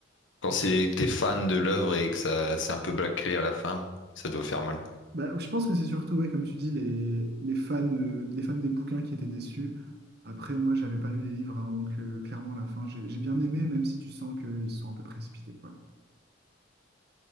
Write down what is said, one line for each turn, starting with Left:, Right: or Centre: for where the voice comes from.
Left: Quand c'est que t'es fan de l'œuvre et que ça c'est un peu bâclé à la fin, ça doit faire mal.
Right: Bah, je pense que c'est surtout, ouais, comme tu dis, les, les fans, euh, les fans des bouquins qui étaient déçus. Après, moi, j'avais pas lu les livres, hein, donc euh, clairement, la fin, j'ai j'ai bien aimé, même si tu sens qu'ils sont un peu précipités, quoi.